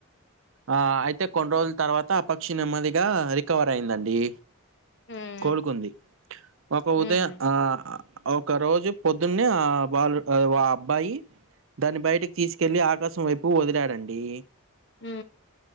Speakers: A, on the right; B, on the left.
A: ఆ అయితే కొన్ని రోజులు తర్వాత ఆ పక్షి నెమ్మదిగా రికవర్ అయిందండి.
B: మ్మ్
A: కోలుకుంది ఒక
B: మ్మ్
A: ఉదయ ఆ ఒక రోజు పొద్దున్నే ఆ బాలుడు ఆ అబ్బాయి దాన్ని బయటకి తీసుకెళ్ళి ఆ కాసం వైపు వదిలాడండి
B: ఉ